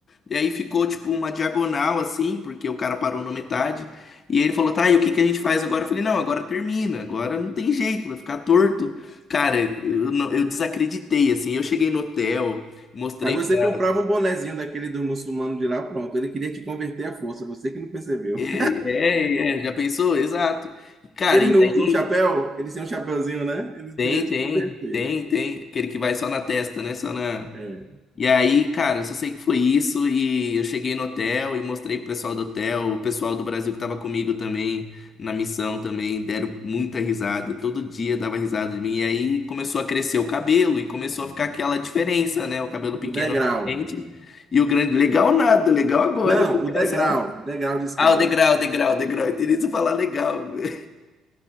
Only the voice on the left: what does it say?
E aí ficou tipo uma diagonal assim, porque o cara parou na metade. E ele falou: "Tá, e o que que a gente faz agora?" Eu falei: "Não, agora termina. Agora não tem jeito, vai ficar torto". Cara, eu, não- eu desacreditei assim. Eu cheguei no hotel, mostrei
pra...
é, é, é, já pensou? Exato. E, cara,
e
daí
tem,
tem,
tem, tem aquele que vai só na testa, né? Só na
E aí, cara, eu só sei que foi isso e eu cheguei no hotel e mostrei pro pessoal do hotel, o pessoal do Brasil que tava comigo também, na missão também, deram muita risada, todo dia dava risada de mim. E aí começou a crescer o cabelo e começou a ficar aquela diferença, né? O cabelo pequeno
na frente e o grande, legal nada, legal agora,
que
engraçado.
Ah, o degrau, degrau, o degrau, eu isso falar legal. <laughs>